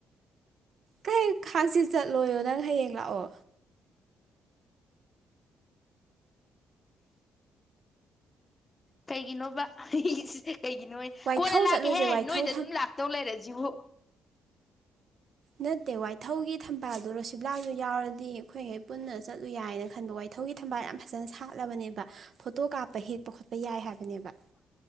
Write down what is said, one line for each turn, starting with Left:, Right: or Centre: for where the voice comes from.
Right: ꯀꯩ ꯈꯥꯛꯆꯤꯟ ꯆꯠꯂꯣꯏꯌꯣ ꯅꯪ ꯍꯌꯦꯡ ꯂꯥꯛꯑꯣ
Left: ꯀꯩꯒꯤꯅꯣꯕ ꯀꯩꯒꯤꯅꯣꯌꯦ
Right: ꯋꯥꯏꯊꯧ
Left: ꯀꯣꯟꯅ ꯂꯥꯛꯀꯦꯍꯦ
Right: ꯆꯠꯂꯨꯁꯦ ꯋꯥꯏꯊꯧ
Left: ꯅꯣꯏꯗ ꯑꯗꯨꯝ ꯂꯥꯛ ꯇꯧ ꯂꯩꯔꯦ ꯖꯤꯕꯨ
Right: ꯅꯠꯇꯦ ꯋꯥꯏꯊꯧꯒꯤ ꯊꯝꯕꯥꯜꯗꯨ ꯔꯣꯁꯤꯂꯥꯁꯨ ꯌꯥꯎꯔꯗꯤ ꯑꯩꯈꯣꯏꯒꯩ ꯄꯨꯟꯅ ꯆꯠꯂꯨ ꯌꯥꯏꯅ ꯈꯟꯕ ꯋꯥꯏ ꯃꯊꯧꯒꯤ ꯊꯝꯕꯥꯜ ꯌꯥꯝ ꯐꯖꯅ ꯁꯥꯠꯂꯕꯅꯦꯕ ꯐꯣꯇꯣ ꯀꯥꯞꯄ ꯍꯦꯛꯄ ꯈꯣꯠꯄ ꯌꯥꯏ ꯍꯥꯏꯕꯅꯦꯕ